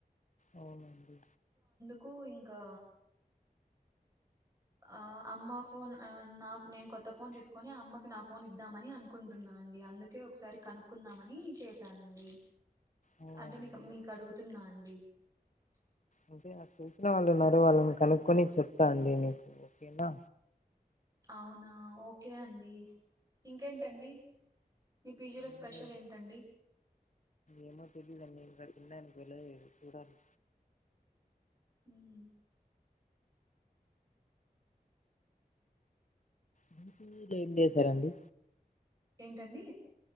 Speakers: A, on the left (about 50°); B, on the right (about 20°).
A: అవునండి
B: కు ఇంకా. ఆహ్ అమ్మ ఫోన్ ఆ నా నేను కొత్త ఫోన్ తీసుకొని అమ్మకి నా ఫోన్ ఇద్దామని అనుకుంటున్నా అండి. అందుకే ఒకసారి కనుక్కుందామని చేశానండి.
A: అవునండి
B: అంటే మీకు మీకు అడుగుతున్నా అండి. కుడి
A: అంటే నాకు తెలిసిన వాళ్ళు ఉన్నారు. వాళ్ళని కనుక్కొని చెప్తా అండి. నీకు ఓకేనా.
B: అవునా ఓకే అండి ఇంకేంటండి. మీ పీజీలో
A: ముందే
B: స్పెషల్ ఏంటండి.
A: ఏమో తెలీదండి నేను ప్రస్తుతానికి వెళ్లలేదు. చూడాలి.
B: ఉమ్
A: పొద్దున్నుంచి ఏం చేశారండీ.
B: ఏంటండి